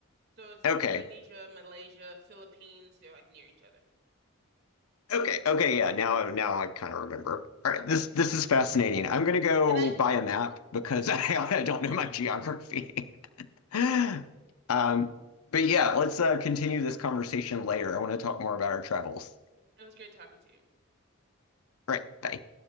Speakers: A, on the right (about 45°); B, on the left (about 85°).
A: So it's
B: Okay.
A: Indonesia, Malaysia, Philippines, they're like near each other.
B: Okay. Okay, yeah. Now now I kind of remember. All right, this this is fascinating. I'm gonna go
A: And I,
B: buy a map because <laughs> I,
A: yeah,
B: I don't know my geography. <laughs> Um, but yeah, let's uh, continue this conversation later. I want to talk more about our travels.
A: it was great talking to you.
B: All right, bye.